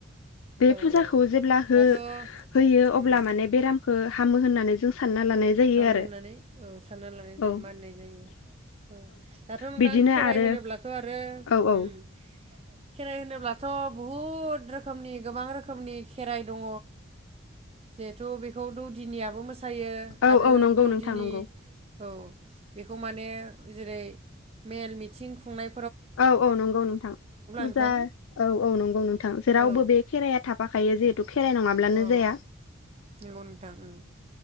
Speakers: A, on the left; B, on the right.
A: बे
B: औ
A: फुजाखौ
B: औ
A: जेब्ला होयो
B: दाथ'
A: अब्ला
B: उम
A: माने बेरामखौ हामो होननानै जों सानना लानाय जायो
B: हामो
A: आरो
B: होननानै औ साननानै लानाय जायो
A: औ
B: मानिनाय जायो औ। दाथ नोंथां
A: बिदिनो
B: खेराइ
A: आरो
B: होनोब्लाथ आरो
A: औ औ
B: ओम खेराइ होनोब्लाथ बहुद रोखोमनि गोबां रोखोमनि खेराइ दङ जिहेथु बेखौ दौदिनियाबो मोसायो आरो
A: औ औ नंगौ
B: दौदिनि
A: नोंथां नंगौ
B: औ। बेखौ माने जेरै मेल मिथिं खुंनाय
A: औ औ नंगौ नोंथां फुजा
B: नोंथां
A: औ औ नंगौ नोंथां जेरावबो
B: औ
A: बे खेराइाया थाफाखायो जिहेतु तु खेराइ नङाब्लानो
B: औ
A: जाया।
B: नंगौ नोंथां ओं